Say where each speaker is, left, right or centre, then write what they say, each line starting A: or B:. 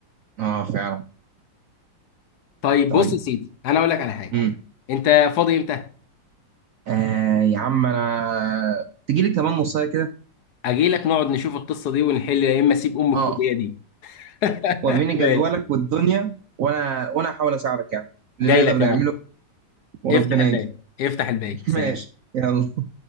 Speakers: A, on the right; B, on the left.
A: اه فعلا
B: طيب
A: طيب
B: بص يا سيدي انا اقول لك على حاجه
A: امم
B: انت فاضي امتى
A: آه يا عم انا تجيلي كمان نصايه كده
B: اجي لك نقعد نشوف القصه دي ونحل يا اما اسيب ام الكليه
A: اه
B: دي <laughs>
A: وريني جدولك
B: ماشي
A: والدنيا وانا وانا هحاول اساعدك يعني اللي
B: جاي
A: نقدر
B: لك
A: نعمله
B: يا بطل
A: وربنا
B: افتح الباب
A: يجي
B: افتح الباب سلام
A: <laughs> ماشي يلا